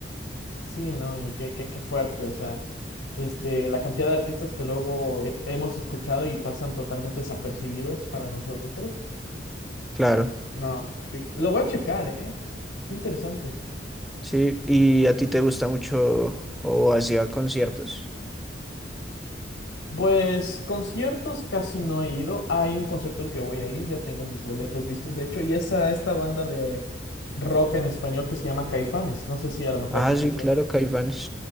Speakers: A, on the left; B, in the centre.
A: Sí, ¿no? Y qué, qué, qué fuerte, o sea, este, la cantidad de artistas que luego he- hemos escuchado y pasan totalmente desapercibidos para nosotros.
B: claro.
A: No, que- lo voy a checar, ¿eh? Qué interesante.
B: Sí, ¿y a ti te gusta mucho o has ido a conciertos?
A: Pues conciertos casi no he ido. Hay un concierto al que voy a ir, ya tengo mis boletos listos, de hecho, y es a esta banda de rock en español que se llama Caifanes. No sé si a lo mejor
B: Ah,
A: se escucha.
B: sí, claro, Caifanes.
A: por ahí.